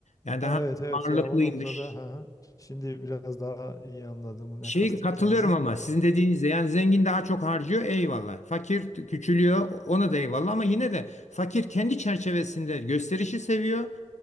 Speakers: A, on the left; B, on the left.
A: Yani
B: Ha,
A: daha
B: evet evet
A: varlıklıymış.
B: ya o noktada ha, ha. Şimdi biraz daha iyi anladım ne
A: Şey
B: kastettiğinizi.
A: katılıyorum ama sizin dediğinizde yani zengin daha çok harcıyor eyvallah. Fakir küçülüyor ona da eyvallah ama yine de fakir kendi çerçevesinde gösterişi seviyor.